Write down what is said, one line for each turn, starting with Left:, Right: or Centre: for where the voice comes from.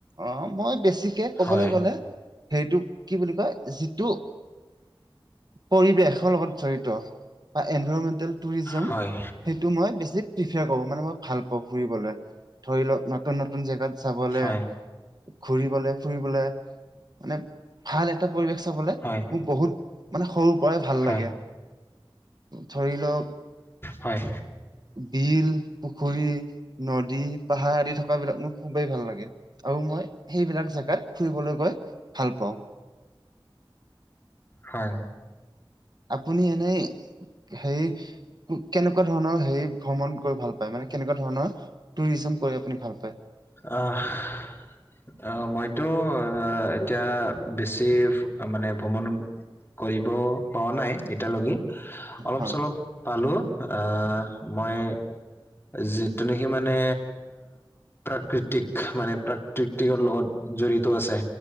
Right: অ' মই বেছিকে কবলৈ
Left: হয়,
Right: গলে, হেৰিটো কি বুলি কয় যিটো পৰিৱেশৰ লগত জড়িত বা এনভাইৰমেণ্টেল টুৰিজম।
Left: হয়,
Right: সেইটো মই বেছি প্ৰিফাৰ কৰো মানে মই ভাল পাওঁ ফুৰিবলৈ। ধৰি লওক নতুন- নতুন জেগাত যাবলৈ।
Left: হয়,
Right: ঘুৰিবলে ফুৰিবলে মানে ভাল এটা পৰিৱেশ চাবলে
Left: হয়,
Right: মোৰ বহুত মানে সৰুৰ পৰাই ভাল
Left: হয়,
Right: লাগে। ধৰি লওক
Left: হয়,
Right: বিল, পুখুৰী নদ নদী, পাহাৰ আদি থকা বিলাক মোক খুবেই ভাল লাগে আৰু মই সেইবিলাক জেগাত ফুৰিবলৈ গৈ ভাল পাওঁ।
Left: হয়।
Right: আপুনি এনেই সেই কেনেকুৱা ধৰণৰ হে ভ্ৰমণ কৰি ভাল পায় মানে কেনেকুৱা ধৰণৰ টুৰিজম কৰি আপুনি ভাল পায়
Left: আহ - আহ মইতো। অ, এতিয়া বেছি মানে ভ্ৰমণ কৰিব প নাই এতিালৈকে অলপ
Right: হয়
Left: চলপ পালো। আহ, মই যিটো নেকি মানে। প্ৰাকৃতিক মানে প্ৰাকৃতিকৰৰ লগত জড়িত আছে।